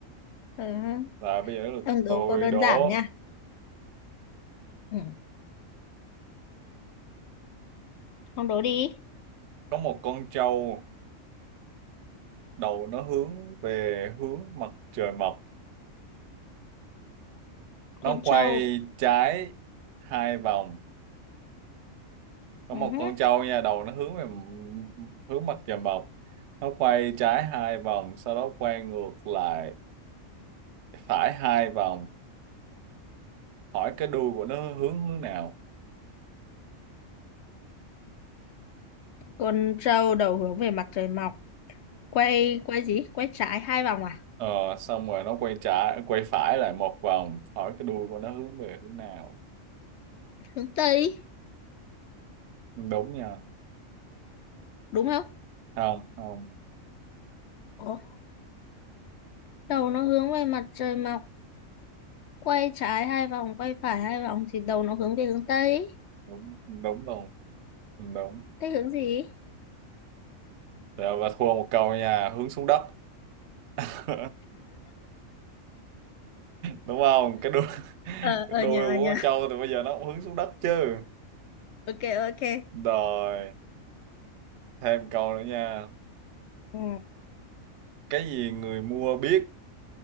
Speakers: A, on the left; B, on the right.
A: Ừ.
B: là bây giờ là
A: Ông đố
B: tôi
A: cô đơn
B: đố
A: giản nha. Ừ. Ông đố đi.
B: có một con trâu đầu nó hướng về hướng mặt trời mọc nó
A: con
B: quay
A: trâu
B: trái hai vòng có
A: Ừ
B: một
A: hứ.
B: con trâu nha đầu nó hướng về hướng mặt trời mọc nó quay trái hai vòng sau đó quay ngược lại phải hai vòng hỏi cái đuôi của nó hướng hướng nào
A: con trâu đầu hướng về mặt trời mọc quay quay gì quay trái hai vòng à
B: ờ, xong rồi nó quay trái quay phải lại một vòng hỏi cái đuôi của nó hướng về hướng nào
A: hướng tây
B: đúng nha
A: đúng không
B: không không
A: Ủa? đầu nó hướng về mặt trời mọc quay trái hai vòng quay phải hai vòng thì đầu nó hướng về hướng tây
B: đúng đúng luôn Ừ, đúng
A: tây hướng gì
B: rồi và thua một câu nha hướng xuống đất <laughs> đúng không cái đuôi <laughs>
A: ờ
B: cái
A: ờ
B: đuôi
A: nhờ ờ,
B: của
A: nhờ
B: con trâu thì bây giờ nó cũng hướng xuống đất chứ
A: ok ok
B: rồi thêm câu nữa nha
A: ừ.
B: cái gì người mua biết